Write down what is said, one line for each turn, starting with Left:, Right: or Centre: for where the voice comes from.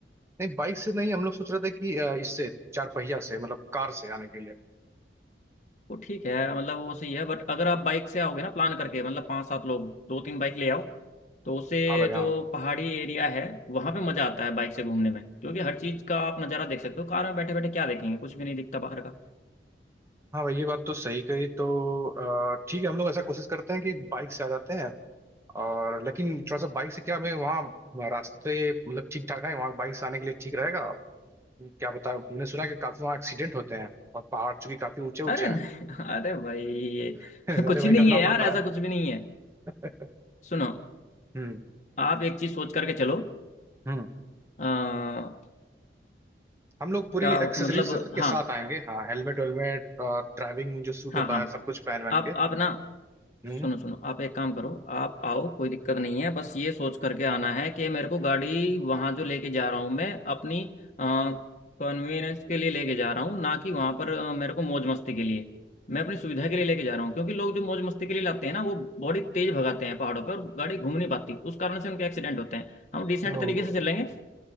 Right: नहीं बाइक से नहीं हम लोग सोच रहे थे कि अ, इससे चार पहिया से मतलब कार से आने के लिए
Left: वो ठीक है मतलब वो सही है बट अगर आप बाइक से आओगे ना प्लान करके मतलब पाँच सात लोग दो तीन बाइक ले आओ तो उससे
Right: हाँ भाई हाँ
Left: जो पहाड़ी एरिया है वहाँ पे मज़ा आता है बाइक से घूमने में क्योंकि हर चीज़ का आप नज़ारा देख सकते हो कार में बैठे बैठे क्या देखेंगे कुछ भी नहीं दिखता बाहर का
Right: हाँ भाई ये बात तो सही कही तो अ, ठीक है हम लोग ऐसा कोशिश करते हैं कि बाइक से आ जाते हैं और लेकिन थोड़ा सा बाइक से क्या हमें वहाँ रास्ते मतलब ठीक ठाक है वहाँ बाइक से आने के लिए ठीक रहेगा क्या बता मैंने सुना है कि काफी वहाँ एक्सीडेंट होते हैं और पहाड़ चूंकि काफी ऊंचे ऊंचे
Left: अरे
Right: हैं
Left: नहीं <laughs> अरे भाई ये
Right: <laughs> अरे
Left: कुछ
Right: भाई
Left: नहीं
Right: डरना
Left: है यार
Right: पड़ता
Left: ऐसा कुछ भी नहीं है
Right: है
Left: सुनो
Right: हम्म
Left: आप एक चीज सोच करके चलो
Right: हम्म
Left: आ,
Right: हम लोग पूरी
Left: क्या
Right: एक्सेसरीज
Left: मतलब हाँ
Right: के साथ आएंगे हाँ हेलमेट वेलमेट और ड्राइविंग जो सूट
Left: हाँ
Right: होता
Left: हाँ
Right: है सब कुछ पहन वहन
Left: आप
Right: के
Left: आप ना
Right: हम्म
Left: सुनो सुनो आप एक काम करो आप आओ कोई दिक्कत नहीं है बस ये सोच करके आना है कि मेरे को गाड़ी वहाँ जो लेके जा रहा हूँ मैं अपनी कन्वीनियंस के लिए लेके जा रहा हूँ ना कि वहाँ पर अ, मेरे को मौज मस्ती के लिए मैं अपनी सुविधा के लिए लेके जा रहा हूँ क्योंकि लोग जो मौज मस्ती के लिए लाते हैं ना वो बड़ी तेज भगाते हैं पहाड़ों पर और गाड़ी घूम नहीं पाती उस कारण से उनके एक्सीडेंट होते हैं हम डिसेंट
Right: तो
Left: तरीके से चलेंगे